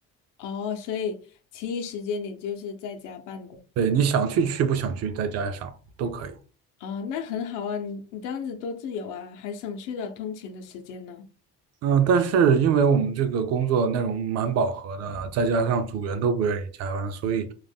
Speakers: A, on the left (about 85°); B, on the right (about 55°).
A: 哦，所以其余时间你就是在家办公。
B: 对，你想去去，不想去在家上都可以。
A: 哦，那很好啊，你你这样子多自由啊，还省去了通勤的时间呢。
B: 嗯，但是因为我们这个工作内容蛮饱和的，再加上组员都不愿意加班，所以，